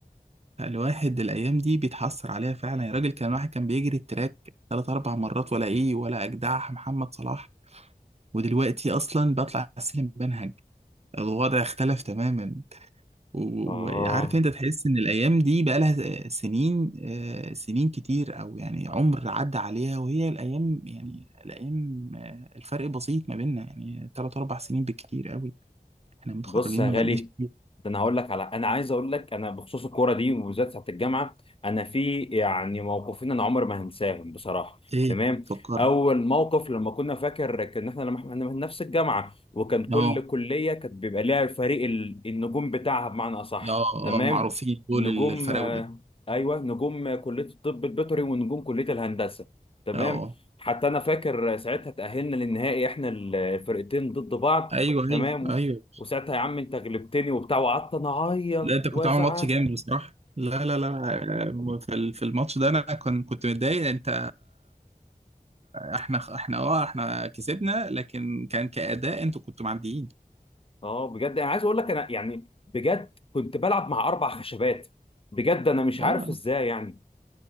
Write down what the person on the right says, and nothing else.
الواحد الايام دي بيتحسر عليها فعلا يا راجل كان واحد كان بيجري التراك ثلاث اربع مرات ولا ايه ولا اجدع محمد صلاح ودلوقتي اصلا بطلع السلم بنهج الوضع اختلف تماما و- و-
وعارف انت تحس ان الايام دي بقى لها سنين آه، سنين كتير او يعني عمر عدى عليها وهي الايام يعني الايام آه، الفرق بسيط ما بيننا يعني تلات اربع سنين بالكتير قوي احنا متخرجين
ما
بقالناش كتير
ايه
فكرنا
اه
اه
اه معروفين دول
الفراوده
اه
ايوه
ايوه ايوه
لا انت كنت
عامل ماتش جامد بصراحه لا لا لا آه، في ال- في الماتش ده انا كنت كنت متضايق انت احنا احنا اه احنا كسبنا لكن كان كأداء انتوا كنتوا معديين
اه